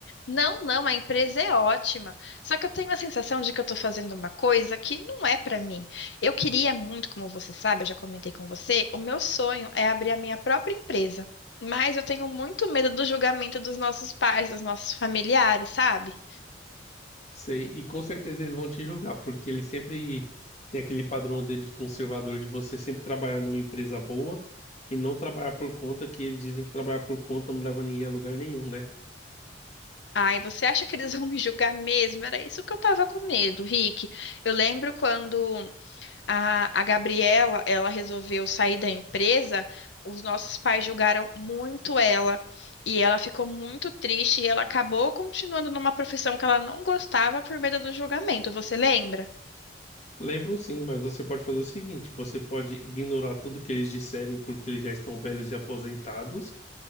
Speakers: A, on the left; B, on the left.
A: Não, não, a empresa é ótima. Só que eu tenho a sensação de que eu estou fazendo uma coisa que não é para mim. Eu queria muito, como você sabe, eu já comentei com você, o meu sonho é abrir a minha própria empresa. Mas eu tenho muito medo do julgamento dos nossos pais, dos nossos familiares, sabe?
B: Sei, e com certeza eles vão te julgar, porque eles sempre têm aquele padrão deles conservador de você sempre trabalhar numa empresa boa e não trabalhar por conta, que eles dizem que trabalhar por conta não leva ninguém a lugar nenhum, né?
A: Ai, você acha que eles vão me <laughs> julgar mesmo? Era isso que eu tava com medo, Rick. Eu lembro quando A, a Gabriela, ela resolveu sair da empresa. Os nossos pais julgaram muito ela e ela ficou muito triste e ela acabou continuando numa profissão que ela não gostava por medo do julgamento. Você lembra?
B: Lembram sim, mas você pode fazer o seguinte: você pode ignorar tudo que eles disserem porque eles já estão velhos e aposentados,